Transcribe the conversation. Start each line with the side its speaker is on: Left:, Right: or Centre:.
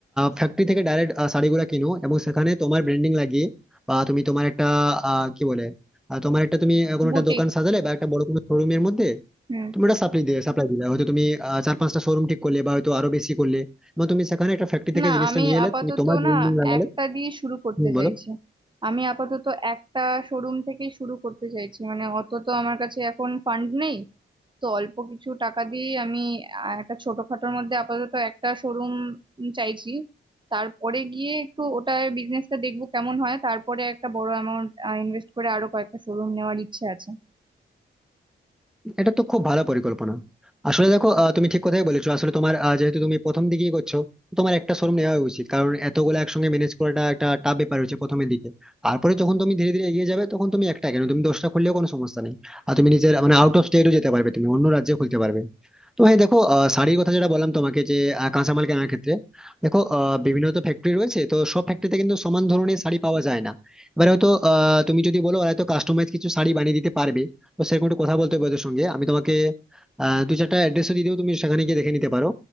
Centre: ফ্যাক্টরি থেকে ডাইরেক্ট শাড়িগুলো কিনো এবং সেখানে তোমার ব্র্যান্ডিং লাগিয়ে বা তুমি তোমার একটা আহ, কি বলে আহ, তোমার একটা তুমি কোনো
Right: বুটিক
Centre: একটা দোকান সাজালে বা একটা বড় কোনো শোরুমের মধ্যে
Right: হুম
Centre: তুমি ওটা সাপ্লাই দিয়ে সাপ্লাই দিলে হয়তো তুমি আহ, চার পাঁচটা শোরুম ঠিক করলে বা হয়তো আরো বেশি করলে এবং তুমি সেখানে একটা ফ্যাক্টরি থেকে
Right: না
Centre: জিনিসটা
Right: আমি
Centre: নিয়ে এলে
Right: আপাতত
Centre: তুমি তোমার ব্র্যান্ডিং
Right: না
Centre: লাগালে
Right: একটা দিয়ে শুরু করতে
Centre: হুম, বলো
Right: চাইছি আমি আপাতত একটা শোরুম থেকে শুরু করতে চাইছি মানে অত তো আমার কাছে এখন ফান্ড নেই তো অল্প কিছু টাকা দিয়ে আমি আহ, একটা ছোটখাটোর মধ্যে আপাতত একটা শোরুম চাইছি তারপরে গিয়ে একটু ওটা বিজনেসটা দেখবো কেমন হয় তারপরে একটা বড় অ্যামাউন্ট ইনভেস্ট করে আরো কয়েকটা শোরুম নেওয়ার ইচ্ছে আছে
Centre: এটা তো খুব ভালো পরিকল্পনা আসলে দেখো আহ, তুমি ঠিক কথাই বলেছো আসলে তোমার আহ, যেহেতু তুমি প্রথম দিকেই করছো তো তোমার একটা শোরুম নেওয়া উচিত কারণ এতগুলো একসঙ্গে ম্যানেজ করাটা একটা টাফ ব্যাপার হচ্ছে প্রথমের দিকে তারপরে যখন তুমি ধীরে ধীরে এগিয়ে যাবে তখন তুমি একটা কেন তুমি দশটা খুললেও কোনো সমস্যা নেই আর তুমি নিজের মানে আউট অফ স্টেটও যেতে পারবে তুমি অন্য রাজ্যে খুলতে পারবে তো হ্যাঁ দেখো আহ, শাড়ির কথা যেটা বললাম তোমাকে যে আহ, কাঁচামাল কেনার ক্ষেত্রে দেখো আহ, বিভিন্ন তো ফ্যাক্টরি রয়েছে তো সব ফ্যাক্টরিতে কিন্তু সমান ধরনের শাড়ি পাওয়া যায় না এবারে হয়তো আহ, তুমি যদি বলো ওরা হয়তো কাস্টমাইজ কিছু শাড়ি বানিয়ে দিতে পারবে তো সেরকম একটু কথা বলতে হবে ওদের সঙ্গে আমি তোমাকে আহ দু চারটা অ্যাড্রেসও দিয়ে দেবো তুমি সেখানে গিয়ে দেখে নিতে পারো